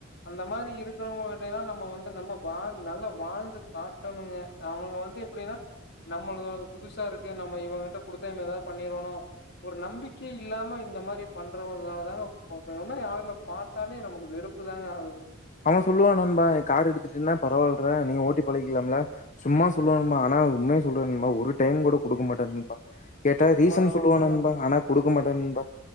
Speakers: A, on the left (about 55°); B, on the left (about 35°).
A: அந்த மாரி இருக்கிறவங்கிட்டயெல்லா நம்ம வந்து நம்ம வாழ் நல்லா வாழ்ந்து காட்டணுங்க அவுங்க வந்து எப்டின்னா நம்மளத வந்து புதுசா இருக்கு நம்ம இவுங்கிட்ட குடுத்தா இவன் ஏதாவது பண்ணிருவானோ ஒரு நம்பிக்கை இல்லாம இந்த மாரி பண்றவனாலதாங்க இந்த மாரி ஆளுங்கள பாத்தாலே நமக்கு வெறுப்பு தாங்க ஆகுது
B: அவன் சொல்லுவான் நண்பா கார் எடுத்துட்டினா பரவாயில்றா நீ ஓட்டி பழகிகலாம்ல சும்மா சொல்லுவா நண்பா ஆனா உண்மைய சொல்லுற நண்பா ஒரு டைம் கூட குடுக்க மாட்டான் நண்பா கேட்டா
A: உண்ம
B: ரீசன் சொல்லுவான்
A: உண்மதாங்க
B: நண்பா ஆனா குடுக்க மாட்டான் நண்பா